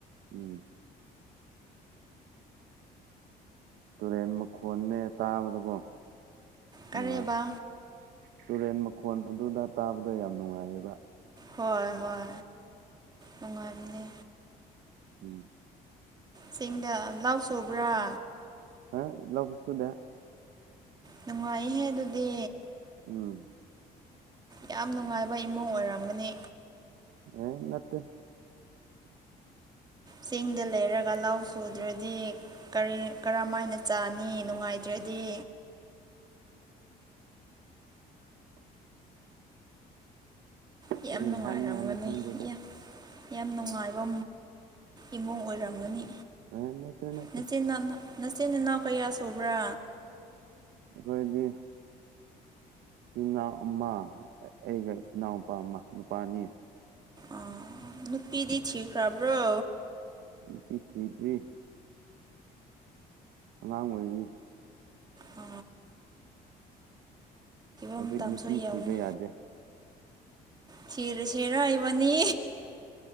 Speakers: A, on the right (about 80°); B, on the right (about 25°).
A: ꯎꯝ ꯇꯨꯔꯦꯟ ꯃꯈꯣꯟꯅꯦ ꯇꯥꯕꯗꯀꯣ
B: ꯀꯔꯤꯕ
A: ꯅꯨꯡꯉꯥꯏ ꯇꯨꯔꯦꯟ ꯃꯈꯣꯟ ꯑꯗꯨꯗ ꯇꯥꯕꯗ ꯌꯥꯝ ꯅꯨꯡꯉꯥꯏꯌꯦꯕ
B: ꯍꯣꯏ ꯍꯣꯏ ꯅꯨꯡꯉꯥꯏꯕꯅꯦ
A: ꯎꯝ
B: ꯆꯤꯡꯗ ꯂꯥꯎ ꯁꯨꯕ꯭ꯔꯥ
A: ꯍꯦ ꯏꯂꯕ ꯁꯨ ꯗ
B: ꯅꯨꯡꯉꯥꯏꯍꯦ ꯑꯗꯨꯗꯤ
A: ꯎꯝ
B: ꯌꯥꯝ ꯅꯨꯡꯉꯥꯏꯕ ꯏꯃꯨꯡ ꯑꯣꯏꯔꯝꯒꯅꯤ
A: <unintelligible> ꯅꯠꯇꯦ꯫
B: ꯆꯤꯡꯗ ꯂꯩꯔꯒ ꯂꯧ ꯁꯨꯗ꯭ꯔꯗꯤ꯫ ꯀꯔꯤ ꯀꯔꯝꯃꯥꯏꯅ ꯆꯥꯅꯤ ꯅꯨꯡꯉꯥꯏꯇ꯭ꯔꯗꯤ꯫ ꯌꯥꯝ
A: ꯀꯔꯤ
B: ꯅꯨꯡꯉꯥꯏꯔꯝꯒꯅꯤ
A: ꯍꯥꯏꯅꯤꯉꯥꯏꯅꯣ ꯈꯪꯗꯦꯗ꯫
B: ꯌꯥꯝ ꯌꯥꯝ ꯅꯨꯡꯉꯥꯏꯕ ꯏꯃꯨꯡ ꯑꯣꯏꯔꯝꯒꯅꯤ
A: ꯑꯦ ꯅꯠꯇꯦ ꯅꯠꯇꯦ
B: ꯅꯆꯤꯟ <inaudible> ꯅꯆꯤꯟ ꯅꯅꯥꯎ ꯀꯌꯥ ꯁꯨꯕ꯭ꯔꯥ?
A: ꯑꯩꯈꯣꯏꯗꯤ ꯏꯆꯤꯟ ꯏꯅꯥꯎ ꯑꯃ ꯑꯩꯒ ꯏꯅꯥꯎꯄꯥ ꯑꯃ ꯅꯨꯄꯥ ꯑꯅꯤ꯫
B: ꯑ ꯅꯨꯄꯤꯗꯤ ꯊꯤꯈ꯭ꯔꯕ꯭ꯔꯣ?
A: ꯅꯨꯄꯤ ꯊꯤꯗ꯭ꯔꯤ? ꯑꯉꯥꯡ ꯑꯣꯏꯔꯤ꯫
B: ꯑ
A: ꯍꯧꯖꯤꯛ
B: ꯃꯇꯝꯁꯨ
A: ꯅꯨꯄꯤ
B: ꯌꯧꯒꯅꯤ
A: ꯊꯤꯕ ꯌꯥꯗꯦ꯫
B: ꯊꯤꯔꯁꯤꯔ ꯏꯕꯥꯅꯤ